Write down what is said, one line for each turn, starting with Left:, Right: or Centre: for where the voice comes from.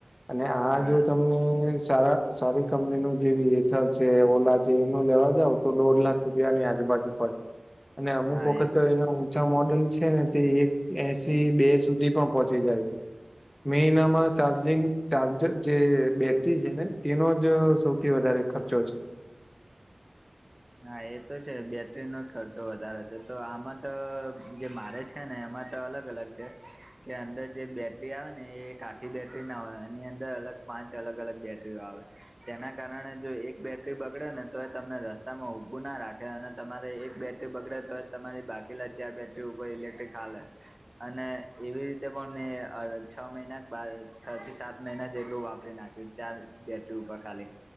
Left: અને આ
Right: હા
Left: જો તમને સારા સારી કંપની નું જેવી એથર છે, ઓલા છે નો લેવા જાવ તો દોઢ લાખ રૂપિયાની આજુબાજુ પડે. અને અમુક
Right: હા
Left: વખત
Right: એ
Left: તો એનાવ
Right: છે
Left: છ મોડલ છે ને તે એક એંશી બે સુધી પણ પહોંચી જાય છે. મે એનામાં ચાર્જિંગ ચાર્જર જે બેટરી છે ને તેનો જ સૌથી વધારે ખર્ચો છે.
Right: હા એ તો છે. બેટરીનો જ ખર્ચો વધારે છે. તો આમાં તો જે મારે છ છે ને એમાં તો અલગ-અલગ છે. કે અંદર જે બેટરી આવે ને એ એક આખી બેટરી ના હોય. એની અંદર અલગ પાંચ અલગ-અલગ બેટરીઓ આવે. જેના કારણે જો એક બેટરી બગડે ને તોઈ તમને રસ સ્તામાં ઊભું ના રાખે. અને તમારે એક બેટરી બગડે તોય તમારી બાકીલા ચાર બેટરી ઉપર ઇલેક્ટ્રિક હાલે. અને એવી રીતે પણ મેં છ મહિના બાર છ થી સાત મહિના જેટલું વાપરી નાખ્યું ચાર બેટરી ઉપર ખાલી